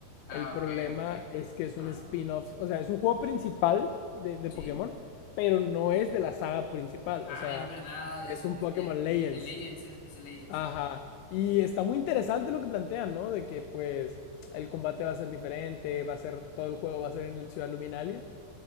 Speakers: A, on the left; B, on the left.
A: ah,
B: El problema
A: ok, ok, ok.
B: es que es
A: Ah,
B: un spin-off, o sea, es un juego principal de, de
A: sí.
B: Pokémon, pero no es de la saga principal,
A: Ah,
B: o sea,
A: es verdad,
B: es
A: es, es-
B: un Pokémon
A: ya,
B: Legends.
A: es- el Legends, es, es el Legends,
B: Ajá.
A: sí.
B: Y está muy interesante lo que plantean, ¿no? De que pues el combate va a ser diferente, va a ser, todo el juego va a ser en el Ciudad Luminalia